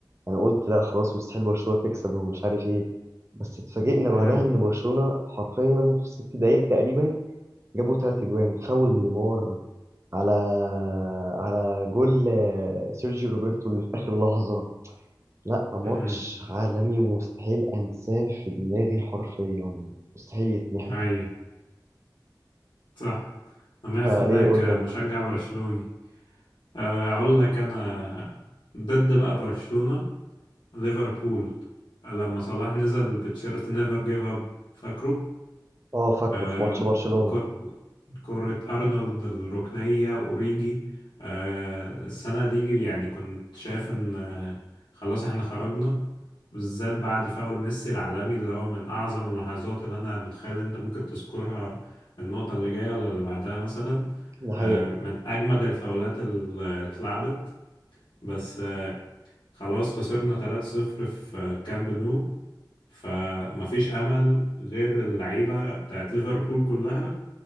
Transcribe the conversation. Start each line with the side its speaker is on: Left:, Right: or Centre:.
Right: أنا قلت لا خلاص مستحيل برشلونة تكسب ومش عارف إيه بس اتفاجئنا
Left: امم
Right: بعدها إن برشلونة حرفيا في ست دقايق تقريبا جابوا تلات أجوان فاول نيمار على على جول آه، سيرجيو روبرتو اللي في آخر لحظة لا ماتش
Left: امم
Right: عالمي ومستحيل أنساه في دماغي حرفيا مستحيل يتمحي
Left: أي صح أنا 100%
Right: فإيه
Left: كمشجع
Right: قول لي أنت
Left: برشلوني آه، أقول لك أنا ضد بقى برشلونة ليفربول لما صلاح نزل بتشيرت نيفر جيف اب فاكره
Right: أه فاكره
Left: آه
Right: في ماتش برشلونة
Left: وكرة أرنولد الركنية أوريجي آه السنة دي يعني كنت شايف إن آه خلاص إحنا خرجنا بالذات بعد فاول ميسي العالمي اللي هو من أعظم اللحظات اللي أنا متخيل أنت ممكن تذكرها النقطة اللي جاية ولا اللي بعدها مثلا
Right: ده حقيقة
Left: آه من أجمد الفاولات اللي اتلعبت بس آه، خلاص خسرنا 3-0 في كامب نو فمفيش امل غير اللعيبه بتاعت ليفربول كلها